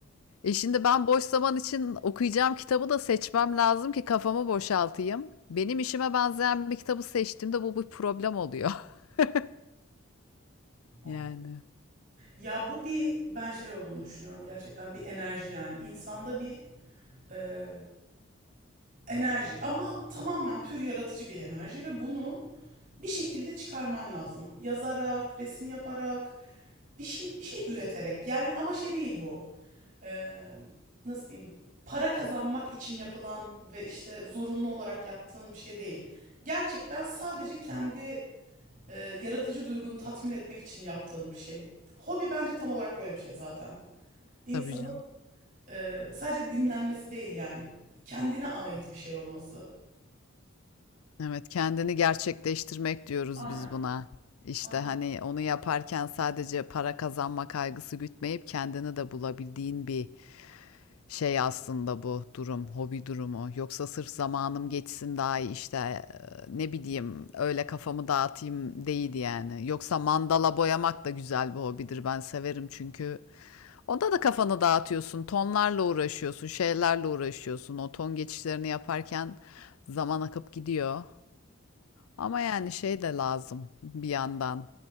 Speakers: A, on the left; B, on the right.
A: E şimdi ben boş zaman için okuyacağım kitabı da seçmem lazım ki kafamı boşaltayım. Benim işime benzeyen bir kitabı seçtiğimde bu bir problem oluyor. <laughs>
B: Of.
A: Yani
B: Ya bu bir ben şey olduğunu düşünüyorum gerçekten bir enerji yani insanda bir e, enerji ama tamamen pür yaratıcı bir enerji ve bunu bir şekilde çıkarman lazım. Yazarak, resim yaparak, bir şey bir şey üreterek yani ama şey değil bu. eee, nasıl diyeyim para kazanmak için yapılan ve işte zorunlu olarak yaptığın bir şey değil. Gerçekten sadece kendi eee, yaratıcı duygunu tatmin etmek için yaptığın bir şey. Hobi bence tam olarak böyle bir şey zaten. İnsanın
A: tabii canım.
B: eee, sadece dinlenmesi değil yani kendine ait bir şey olması.
A: Evet, kendini gerçekleştirmek diyoruz
B: Aynen,
A: biz buna. İşte
B: aynen.
A: hani onu yaparken sadece para kazanma kaygısı gütmeyip kendini de bulabildiğin bir şey aslında bu durum, hobi durumu. Yoksa sırf zamanım geçsin daha iyi işte e, ne bileyim öyle kafamı dağıtayım değil yani. Yoksa mandala boyamak da güzel bir hobidir. Ben severim çünkü onda da kafanı dağıtıyorsun, tonlarla uğraşıyorsun, şeylerle uğraşıyorsun. O ton geçişlerini yaparken zaman akıp gidiyor. Ama yani şey de lazım bir yandan.